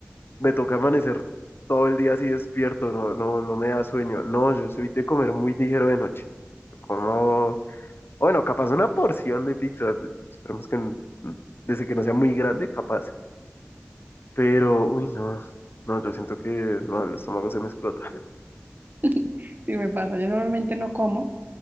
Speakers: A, on the left; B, on the right.
A: me toca amanecer todo el día así despierto, no, no, no me da sueño. No, yo soy de comer muy ligero de noche. Como, bueno, capaz una porción de pizza, de- esperemos que n- desde que no sea muy grande, capaz. Pero, uy, no, no, yo siento que no, el estómago se me explota.
B: <laughs> Sí me pasa. Yo normalmente no como